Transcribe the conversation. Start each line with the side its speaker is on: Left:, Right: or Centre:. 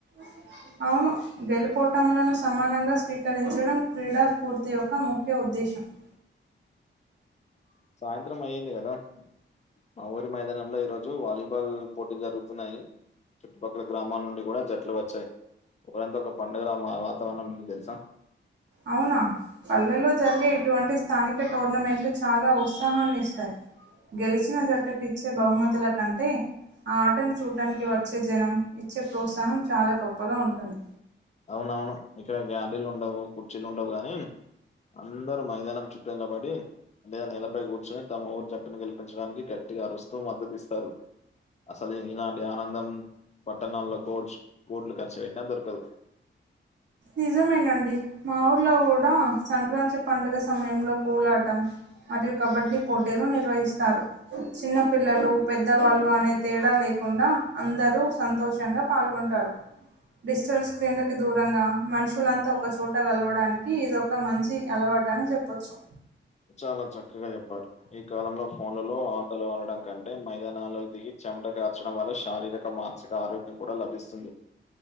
Right: <inaudible> అవును గెలుపోటములను సమానంగా స్వీకరించడం క్రీడా స్ఫూర్తి యొక్క ముఖ్య ఉద్దేశం. దేశం
Left: సాయంత్రం అయ్యింది కదా? మా ఊరి మైదానంలో ఈ రోజు వాలీబాల్ పోటీ జరుగుతున్నాయి. చుట్టుపక్కల గ్రామాల నుండి కూడా జట్లు వచ్చాయి. ఊరంతా ఒక పండుగల వాతావరణం ఉంది తెలుసా?
Right: అవునా, పల్లెల్లో జరిగే ఇటువంటి స్థానిక టోర్నమెంట్లు చాలా ఉత్సాహాన్ని ఇస్తాయి. గెలిచిన జట్టుకి ఇచ్చే బహుమతుల కంటే ఆ ఆటను చూటానికి వచ్చే జనం ఇచ్చే ప్రోత్సాహం చాలా గొప్పగా ఉంటుంది.
Left: అవునవును. ఇక్కడ గ్యాలరీలు ఉండవు, కుర్చీలు ఉండవు కానీ అందరూ మైదానం చుట్టూ నిలబడి లేదా నేలపై కూర్చొని తమ ఊరు జట్టుని గెలిపి పంచడానికి గట్టిగా అరుస్తూ మద్దతు ఇస్తారు. అసలు ఇలాంటి ఆనందం, పట్టణాల్లో కోచ్ కోట్లు ఖర్చు పెట్టినా దొరకదు.
Right: నిజమేనండి. మా ఊర్లో కూడా సంక్రాంతి పండుగ సమయంలో కోలాటం. అది కబడ్డీ పోటీలు నిర్వహిస్తారు. చిన్న పిల్లలు, పెద్దవాళ్ళు అనే తేడా లేకుండా అందరూ సంతోషంగా పాల్గొంటారు. డిజిటల్ స్క్రీన్లకి దూరంగా మనుషులంతా ఒక చోట కలవడానికి ఇదొక మంచి అలవాటు అని చెప్పొచ్చు.
Left: చాలా చక్కగా చెప్పారు. ఈ కాలంలో ఫోన్లలో ఆటలు ఆడడం కంటే మైదానాల్లోకి దిగి చెమట గార్చడం వల్ల శారీరక మానసిక ఆరోగ్యం కూడా లభిస్తుంది.